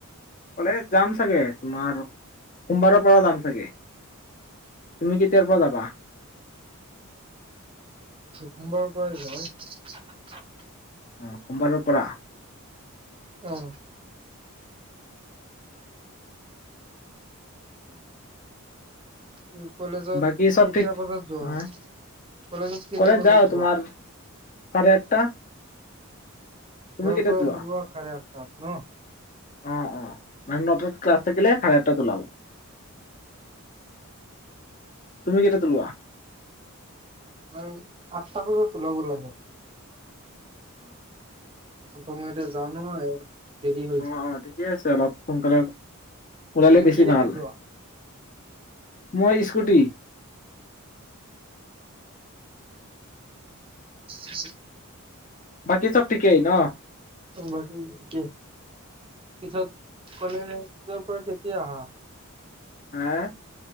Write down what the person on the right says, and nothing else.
সোমবাৰ পৰা যাম
আহ উম কলেজত
কেইটা
বজাত যোৱা
কলেজত কেইটা
বজাত
যোৱা
ঘৰপ
উওলোৱা
<inaudible> তপ ন
মই আঠতা বজাত ওলাব লাগে
হ'ব মই এতিয়া যান নহয় দেৰি হৈছে
তুমি
কিহেৰে
যোৱা
আছে <inaudible>
বাকী ঠিকেই পিছত কলে তৰ <unintelligible> পৰা কেতিয়া আহা